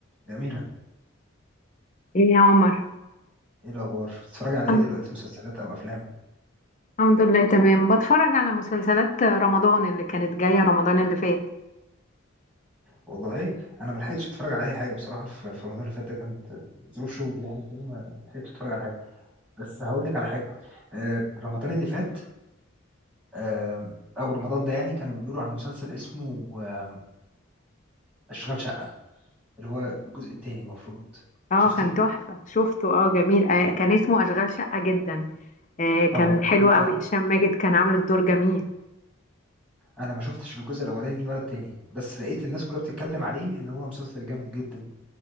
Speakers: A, in the centre; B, on the left.
A: يا أميرة
B: ايه يا عمر
A: ايه الأخبار؟ بتتفرج على ايه
B: الحمد
A: دلوقتي مسلسلات أو أفلام؟
B: الحمد لله تمام بتفرج على مسلسلات رمضان اللي كانت جاية رمضان اللي فات
A: والله أنا ما لحقتش أتفرج على أي حاجة بصراحة في في رمضان اللي فات ده كانت ظروف شغل يعني كده ما لحقتش أتفرج على حاجة بس هقول لك على حاجة آه رمضان اللي فات آه أو رمضان ده يعني كانوا بيقولوا على مسلسل اسمه آه، أشغال شقة اللي هو الجزء التاني المفروض
B: اه
A: شفتيه؟
B: كان تحفة شفته اه جميل آه كان اسمه أشغال شقة جدا آه
A: اه
B: كان حلو
A: انا
B: قوي هشام ماجد كان عامل الدور جميل
A: انا ما شفتش الجزء الاولاني ولا التاني بس لقيت الناس كلها بتتكلم عليه ان هو مسلسل جامد جدا